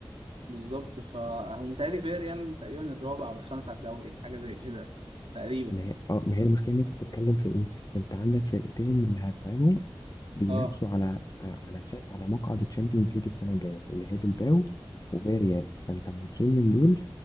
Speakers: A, on the right; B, on the left.
A: بالظبط فهو متهيألي فياريال تقريبا الرابع او الخامس على الدوري حاجة زي كده تقريبا
B: ما هي اه ما هي المشكلة إن أنت بتتكلم في إيه؟ أنت عندك فرقتين من اللي هتلعبهم بينافسوا
A: اه
B: على آه، على تشا- على مقعد الشامبيونز ليج السنه الجايه اللي هي بالباو وفياريال فانت ماتشين من دول